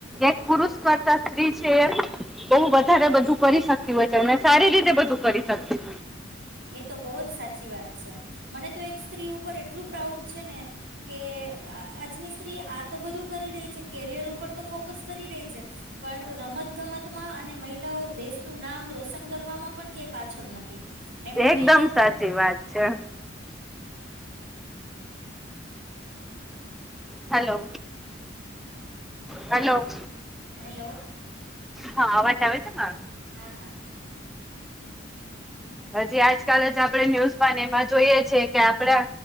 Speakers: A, in the centre; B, on the right (about 65°).
A: ક પુરુષ કરતા સ્ત્રી છે એ બહુ વધારે બધું કરી શકતી હોય છે અને સારી રીતે બધું કરી શકતી
B: એ તો બહુ જ સાચી વાત છે મને તો એક સ્ત્રી ઉપર એટલું પ્રાઉડ છે ને કે આજની સ્ત્રી આ તો બધું કરી રહી છે કેરિયર ઉપર તો ફોકસ કરી રહી છે. પણ રમત ગમતમાં અને મહિલાઓ દેશનું નામ રોશન કરવામાં પણ ક્યાય પાછળ નથી એમની
A: એકદમ
B: મહેનત
A: સાચી વાત છે. Hello hello
B: hello.
A: હા અવાજ આવે છે મારો
B: હા હા હા.
A: હજી આજકાલ
B: અને
A: જ આપડે ન્યુઝમાં એમાં જોઈએ છે કે આપડા